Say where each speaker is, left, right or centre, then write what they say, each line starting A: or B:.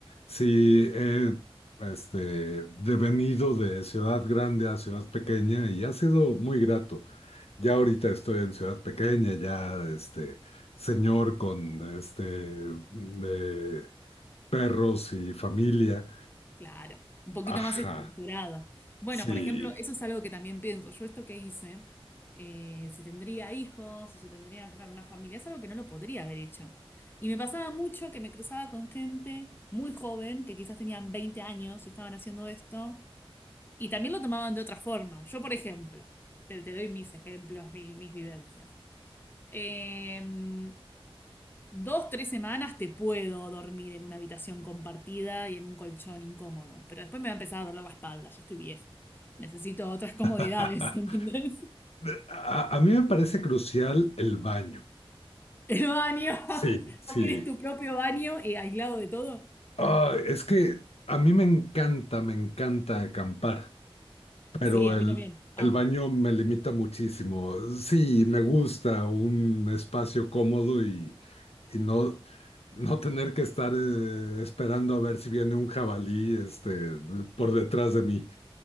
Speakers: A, on the left; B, on the left.
A: sí he este, devenido de ciudad grande a ciudad pequeña y ha sido muy grato. Ya ahorita estoy en ciudad pequeña, ya este señor con este... eh, perros y familia.
B: Claro, un poquito
A: Ajá,
B: más estructurada. Bueno,
A: sí.
B: por ejemplo, eso es algo que también pienso. Yo esto que hice, eh, si tendría hijos o si tendría claro, una familia, es algo que no lo podría haber hecho. Y me pasaba mucho que me cruzaba con gente muy joven, que quizás tenían 20 años y estaban haciendo esto, y también lo tomaban de otra forma. Yo, por ejemplo, te, te doy mis ejemplos, mi- mis vivencias. Em, Dos, tres semanas te puedo dormir en una habitación compartida y en un colchón incómodo, pero después me va a empezar a doler la espalda, yo estoy vieja. Necesito otras comodidades,
A: <laughs>
B: <laughs> ¿entendés?
A: A, a mí me parece crucial el baño.
B: El baño.
A: Sí,
B: <laughs>
A: sí.
B: ¿O querés tu propio baño eh, aislado de todo?
A: Ah, es que a mí me encanta, me encanta acampar, pero
B: Sí, a
A: el,
B: mí también. Amo.
A: el baño me limita muchísimo. Sí, me gusta un espacio cómodo y, y no, no tener que estar eh, esperando a ver si viene un jabalí este, por detrás de mí.